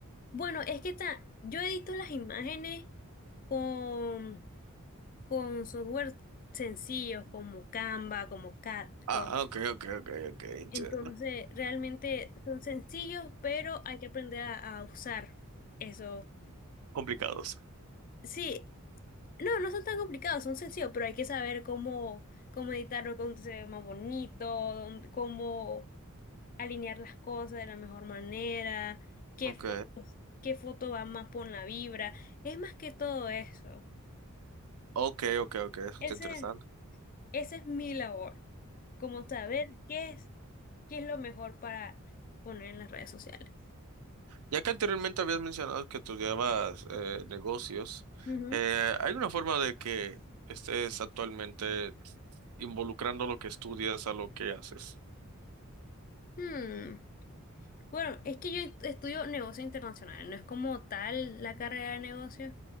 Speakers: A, on the left; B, on the right.
A: Bueno, es que ta- yo edito las imágenes con, con software sencillos como Canva, como CapCut.
B: Ah, ok, ok, ok, ok, entiendo.
A: Entonces, realmente son sencillos, pero hay que aprender a, a usar eso.
B: Complicados.
A: Sí, no, no son tan complicados, son sencillos, pero hay que saber cómo, cómo editarlo, cómo se ve más bonito, dónde- cómo, alinear las cosas de la mejor manera, qué
B: Ok,
A: foto qué foto va más por la vibra. Es más que todo eso.
B: ok, ok, ok, eso
A: Ese,
B: está interesante.
A: esa es mi labor, como saber qué es, qué es lo mejor para poner en las redes sociales.
B: Ya que anteriormente habías mencionado que estudiabas eh, negocios,
A: Ujú.
B: eh, ¿hay una forma de que estés actualmente involucrando lo que estudias a lo que haces?
A: Hmm, Bueno, es que yo est- estudio negocio internacional, no es como tal la carrera de negocios.